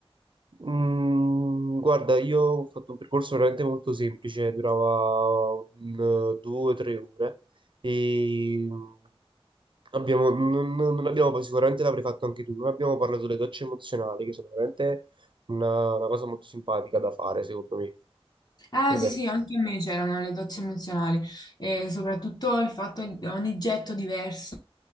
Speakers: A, on the right (about 55°); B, on the left (about 40°).
A: Mm, guarda, io ho fatto un percorso veramente molto semplice, durava un, eh, due o tre ore e mm, abbiamo, non, non- non abbiamo, sicuramente l'avrei fatto anche tu, non abbiamo parlato delle docce emozionali che sono veramente una, una cosa molto simpatica da fare, secondo me.
B: Ah
A: Che ne
B: sì
A: pensi?
B: sì, anche a me c'erano le docce emozionali e soprattutto il fatto di ogni getto diverso,